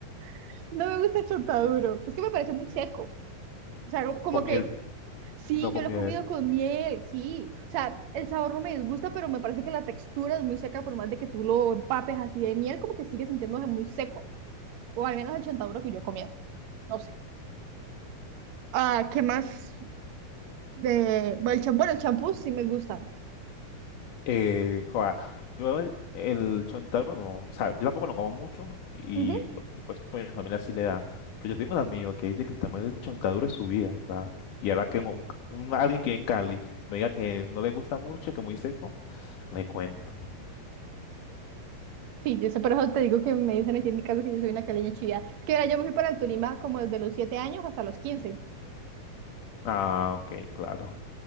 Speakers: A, on the right; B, on the left.
A: <laughs> No me gusta el chontaduro. Es que me parece muy seco. O sea, como
B: Con miel
A: que sí,
B: y no
A: yo
B: con
A: lo
B: miel.
A: he comido con miel, sí. O sea, el sabor no me disgusta, pero me parece que la textura es muy seca, por más de que tú lo empapes así de miel, como que sigue sintiéndose muy seco. O al menos el chontaduro que yo he comido. No sé. Ah, ¿qué más? Eh, bueno, el champú, bueno, el champú sí me gusta.
B: Eh, joda, yo el, el chontaduro no, o sea, yo tampoco lo como mucho y
A: Ujú.
B: pues, pues mi familia sí le da, pero yo tengo un amigo que dice que el tamaño del chontaduro es su vida, o y ahora que un, un- alguien que vive en Cali me diga que no le gusta mucho, que muy seco, le cuento.
A: Sí, yo sé, por eso te digo que me dicen aquí en mi casa que yo soy una caleña chivia. Es que mira, yo me fui para el Tolima como desde los siete años hasta los quince
B: Ah, ok, claro.